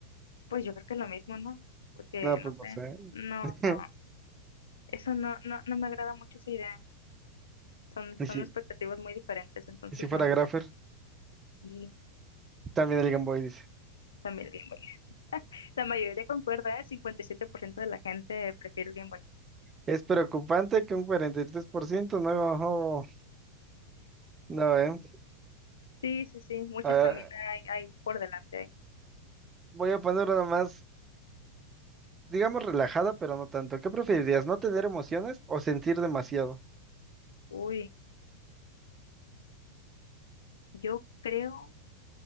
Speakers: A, on the left; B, on the right.
A: pues yo creo que es lo mismo, ¿no? Porque
B: No, pues
A: no sé.
B: no sé.
A: No,
B: <laughs>
A: no. Eso no, no, no me agrada mucho esa idea. son,
B: Y si,
A: son expectativas muy diferentes, entonces
B: y si fuera
A: no.
B: Graffer,
A: Y
B: también el Game Boy dice.
A: también el Game Boy. La mayoría concuerda, ¿eh? 57% de la gente prefiere el Game Boy.
B: Es preocupante que un 43% no, no, eh.
A: Sí, sí, sí, muchas
B: A ver,
A: también hay, hay por delante ahí.
B: voy a poner una más, digamos relajada, pero no tanto. ¿Qué preferirías, no tener emociones o sentir demasiado?
A: Uy, yo creo